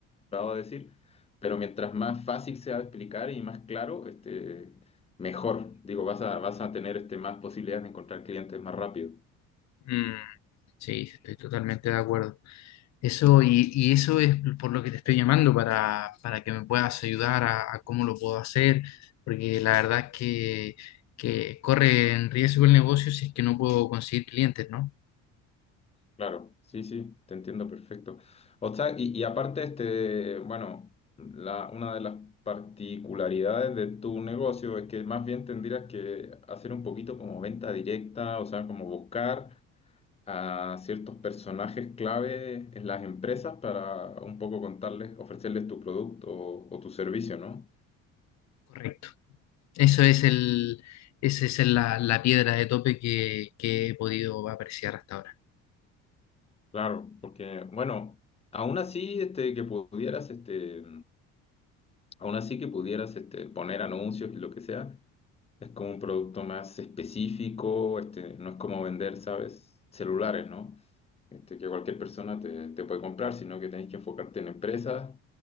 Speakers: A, on the left (about 20°); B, on the left (about 60°).
A: acostumbrado a decir, pero mientras más fácil sea de explicar y más claro, este, mejor. Digo, vas a, vas a tener este, más posibilidades de encontrar clientes más rápido.
B: Mm, sí, estoy totalmente de acuerdo. Eso, y, y eso es por lo que te estoy llamando, para, para que me puedas ayudar a, a cómo lo puedo hacer, porque la verdad que, que corre en riesgo el negocio si es que no puedo conseguir clientes, ¿no?
A: Claro, sí, sí, te entiendo perfecto. O sea, y, y aparte, este, bueno, la, una de las particularidades de tu negocio es que más bien tendrías que hacer un poquito como venta directa, o sea, como buscar. a ciertos personajes clave en las empresas para un poco contarles, ofrecerles tu producto o, o tu servicio, ¿no?
B: Correcto. Eso es el, esa es la, la piedra de tope que, que he podido apreciar hasta ahora.
A: Claro, porque, bueno, aún así este, que pudieras, este, aún así que pudieras este, poner anuncios y lo que sea, Es como un producto más específico, este, no es como vender, ¿sabes? Celulares, ¿no? Este, que cualquier persona te, te puede comprar, sino que tenés que enfocarte en empresas